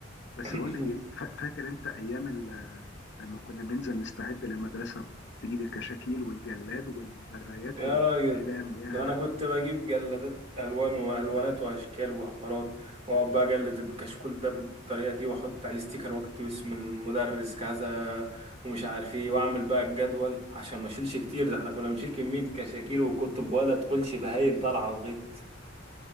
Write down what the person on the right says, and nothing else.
<clears throat>
يا
راجل
ده أنا كنت بجيب جلادات ألوان وألوانات وأشكال وحوارات وأقعد بقى أجلد الكشكول ده بالطريقة دي وأحط عليه ستيكر وأكتب اسم المدرس كذا ومش عارف إيه وأعمل بقى الجدول عشان ما أشيلش كتير ده إحنا كنا بنشيل كمية كشاكيل وكتب ولا تقولش بهايم طالعة على الغيط